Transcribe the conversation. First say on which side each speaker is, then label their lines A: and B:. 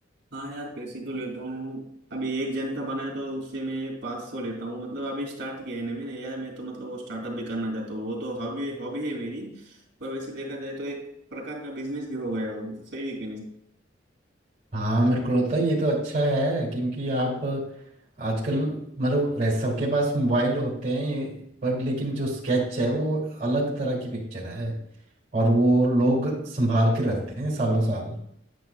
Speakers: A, on the right; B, on the right.
A: हाँ यार पैसे तो लेता हूँ अभी एक जन का बनाया तो उससे मैं पाँच सौ लेता हूँ मतलब अभी स्टार्ट किया है ना मैंने यार मैं तो मतलब वो स्टार्टअप भी करना चाहता हूँ वो तो हॉबी हॉबी है मेरी पर वैसे देखा जाए तो एक प्रकार का बिजनेस भी हो गया है वो सही है कि नहीं
B: हाँ मेरे को लगता है ये तो अच्छा है क्योंकि आप आजकल मतलब वैसे सबके पास मोबाइल होते हैं पर लेकिन जो स्केच है वो अलग तरह की पिक्चर है और वो लोग संभाल के रखते हैं सालों साल